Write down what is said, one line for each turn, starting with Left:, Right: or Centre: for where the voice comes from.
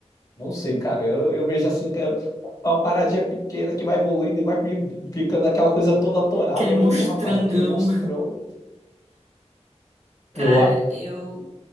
Left: Não sei, cara. Eu, eu vejo assim que é uma paradinha pequena que vai evoluindo e vai fi- ficando aquela coisa toda atorada.
Right: Aquele
Left: Eu,
Right: monstrangão.
Left: Ih, rapaz, aquele monstrão.
Right: Cara,
Left: Eu, a-
Right: eu